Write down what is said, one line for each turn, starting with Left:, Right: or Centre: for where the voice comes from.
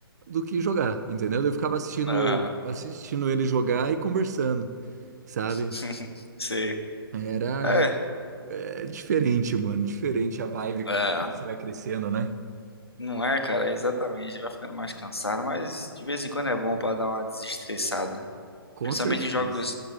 Right: do que jogar, entendeu? Eu ficava assistindo,
Left: Ah,
Right: eu,
Left: ah,
Right: assistindo ele jogar e conversando, sabe?
Left: <laughs> sei.
Right: Era,
Left: É.
Right: é diferente, mano, diferente a vibe
Left: É.
Right: quando você vai crescendo, né?
Left: Não é, cara, exatamente. Vai ficando mais cansado, mas de vez em quando é bom pra dar uma desestressada.
Right: Com
Left: Principalmente
Right: certeza.
Left: em jogos,